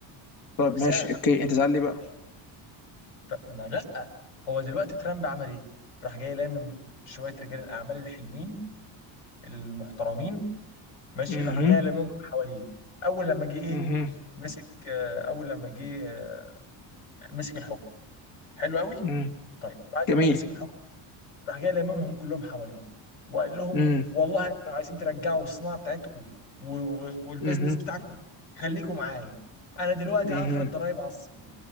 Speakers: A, on the left; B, on the left.
A: طب
B: بسعر
A: ماشي اوكي انت زعل لي بقى
B: فما لا هو دلوقتي ترامب عمل ايه راح جاي لامم شويه رجال الاعمال الحلوين المحترمين ماشي
A: اها
B: راح جاي لاممهم حواليه اول لما جه ايه
A: اها
B: مسك آه، اول لما جه آه، مسك الحكم حلو قوي
A: اها
B: طيب بعد
A: جميل
B: ما مسك الحكم راح جاي لممهم كلهم حواليه وقال لهم
A: امم
B: والله انتوا لو عايزين ترجعوا الصناعه بتاعتكم و- و- والبزنس
A: اها
B: بتاعكم خليكم معايا انا دلوقتي
A: اها
B: هفرض ضرايب على الصين